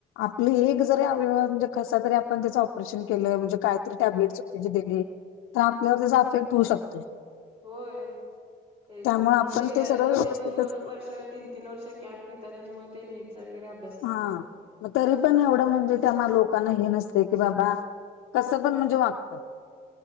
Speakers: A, on the left (about 80°); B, on the right (about 30°).
A: आपलं एक जरी अव म्हणजे कसा तरी आपण त्याचं ऑपरेशन केलं, म्हणजे काय तरी टॅबलेट चुकीची दिली. तर आपल्यावर त्याचा अफेक्ट होऊ शकतोय.
B: होय तेच
A: त्यामुळे
B: ना, म्हणून
A: आपण
B: ते अतिशय
A: सगळं व्यवस्थितच
B: दोन दोन वर्ष तीन-तीन वर्षं गॅप घेतात आणि मग ते नीटचा वगैरे अभ्यास करतात.
A: हा मग तरी पण एवढं म्हणजे, त्या लोकांना हे नसतं की, बाबा कसं पण म्हणजे वागतं.